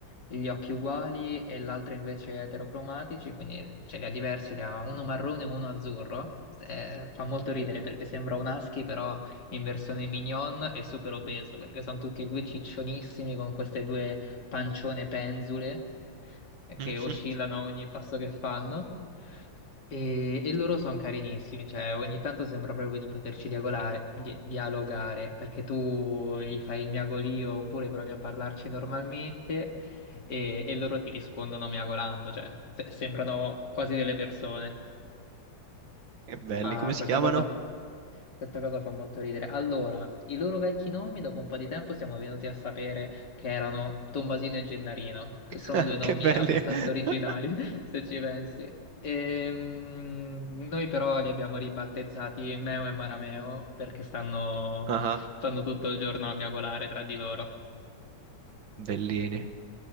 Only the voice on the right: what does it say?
<laughs>
Che belli,
come
si chiamano?
<laughs>
Che belli.
<laughs>
Ah,
bellini.